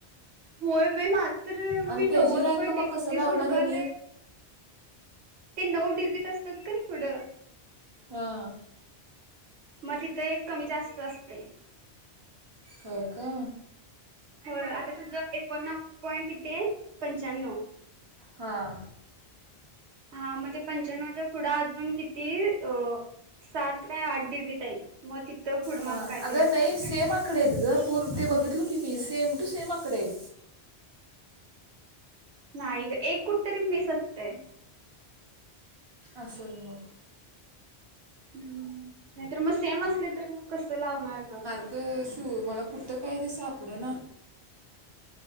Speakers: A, on the right (about 75°); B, on the right (about 30°).
A: होय बाई माझं तर मी
B: आणि त्याची
A: नव्वद
B: रँक
A: पॉईंट
B: मग
A: एकतीस
B: कसं लावणार
A: हुडकालोय.
B: यांनी
A: ते नऊ डिजिट असतात का नाही पुढं,
B: हां.
A: मग तिथं एक कमी जास्त असतय.
B: होय का?
A: होय, आता तुझं एकोणनव्वद पॉईंट किती आहे? पंच्याण्णव.
B: हां.
A: हा, मग ते पंच्याण्वाच्या पुुढं अजून किती अ. सात का आठ डिजीट आहेत, मग तिथं पुढं मागं
B: हां
A: काहीतरी
B: अगं
A: असतंय.
B: नाही सेम आकडे आहेत ग, पूर ते बघितलो की मी, सेम टू सेम आकडे आहेत.
A: नाही गं, एक कुठं तरी मिस असतय.
B: असेल मग.
A: हम्म, नाही तर मग सेम असले तर मग कसं लावणार ग.
B: अगं शिव मला कुठं काय ते सापडना.